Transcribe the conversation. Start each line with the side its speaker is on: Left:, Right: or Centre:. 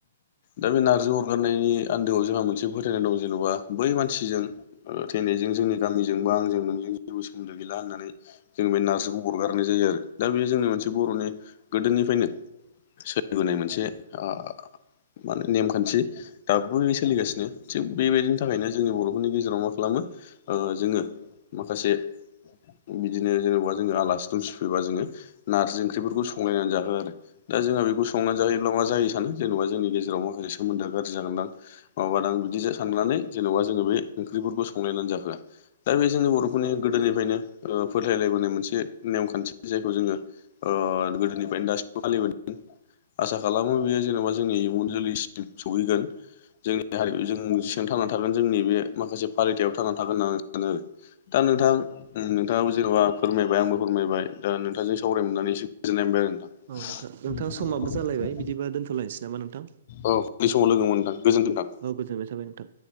Left: दा बे नार्जि अरगारनायनि आन्दोआव जोंहा मोनसे फोथायनाय दं जेन'बा बै मानसिजों थैनायजों जोंनि गामिजों बा आंजों नोंजों जेबो सोमोन्दो गैला होननानै जों बे नार्जिखौ अरगारनाय जायो आरो दा बे जोंनि मोनसे बर'नि गोदोनिफ्रायनो सोलिबोनाय मोनसे ओ माने नेमखान्थि दाबो बे सोलिगासिनो थिग बेबायदिनि थाखायनो जोंनि बर'फोरनि गेजेराव मा खालामो ओ जोङो माखासे बिदिनो जेनेबा जोङो आलासि दुमसि फैबा जोङो नारजि ओंख्रिफोरखौ संलायनानै जाहो आरो दा जोंहा बेखौ संनानै जाहयोब्ला मा जायो सानो जेनेबा जोंनि गेजेराव माखासे सोमोन्दोआ गाज्रि जागोनदां माबा दां बिदि जि साननानै जेन'बा जोङो बे ओंख्रिफोरखौ संलायनानै जाहोआ दा बे जोंनि बर'फोरनि गोदोनिफ्रायनो ओ फोथायलायबोनाय मोनसे नेमखान्थि जे खौ ओ जोङो गोदोनिफ्रायनो दासिमबो फालिबोदों आसा खालामो बेयो जेनेबा जोंनि इयुन जोलैसिम सौहैगोन जोंनि हारि जों सिगां थांना थागोन जोंनि बे माखासे फालिथायाव थांना थागोन होननानै सानो आरो दा नोंथां नोंथाङाबो जेन'बा फोरमायबाय आंबो फोरमायबाय ओ नोंथांजों सावराय मोननानै एसे गोजोननाय मोनबाय आरो
Right: नोंथां नोंथां समाबो
Left: नोंथां
Right: जालायबाय बिदिबा दोनथ'लायनोसै नामा नोंथां
Left: औ बै समाव लोगो मोनदां गोजोनथों नोंथां
Right: औ गोजोननाय थाबाय नोंथां